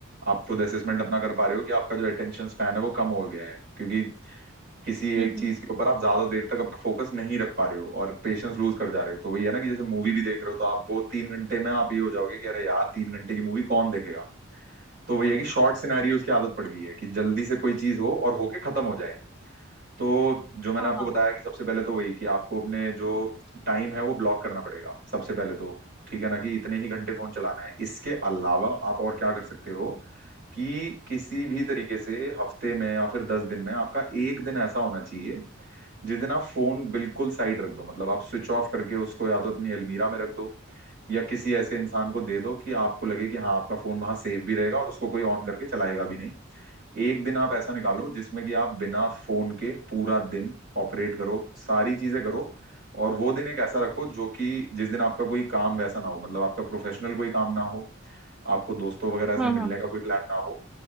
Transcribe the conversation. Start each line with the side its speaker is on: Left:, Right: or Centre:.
Right: आप खुद असेसमेंट अपना कर पा रहे हो कि आपका जो अटेंशन स्पैन है वो कम हो गया है क्योंकि किसी एक
Centre: हम्म
Right: चीज
Centre: हम्म,
Right: के ऊपर आप ज्यादा देर तक अपना फोकस नहीं रख पा रहे हो और पेशेंस लूज कर जा रहे हो तो वही है ना कि जैसे मूवी भी देख रहे हो तो आप वो तीन घंटे में आप ये हो जाओगे कि अरे यार तीन घंटे की मूवी कौन देखेगा तो वही है कि शॉर्ट सिनेरियोज की आदत पड़ गई है कि जल्दी से कोई चीज हो और होके खत्म हो जाए तो जो मैंने
Centre: हाँ
Right: आपको
Centre: हाँ
Right: बताया कि सबसे पहले तो वही कि आपको अपने जो टाइम है वो ब्लॉक करना पड़ेगा सबसे पहले तो ठीक है ना कि इतने ही घंटे फोन चलाना है इसके अलावा आप और क्या कर सकते हो कि किसी भी तरीके से हफ्ते में या फिर दस दिन में आपका एक दिन ऐसा होना चाहिए जिस दिन आप फोन बिल्कुल साइड रख दो मतलब आप स्विच ऑफ करके उसको या तो अपनी अलमीरा में रख दो या किसी ऐसे इंसान को दे दो कि आपको लगे कि हाँ आपका फोन वहां सेफ भी रहेगा और उसको कोई ऑन करके चलाएगा भी नहीं एक दिन आप ऐसा निकालो जिसमें कि आप बिना फोन के पूरा दिन ऑपरेट करो सारी चीजें करो और वो दिन एक ऐसा रखो जो कि जिस दिन आपका कोई काम वैसा ना हो मतलब आपका प्रोफेशनल कोई काम ना हो आपको दोस्तों वगैरह से
Centre: हाँ
Right: मिलने
Centre: हाँ
Right: का कोई प्लान ना हो